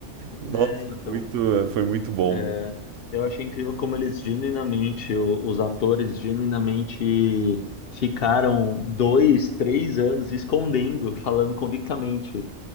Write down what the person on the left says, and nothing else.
né,
então
É, eu achei incrível como eles genuinamente, o- os atores genuinamente ficaram dois, três anos escondendo, falando convictamente,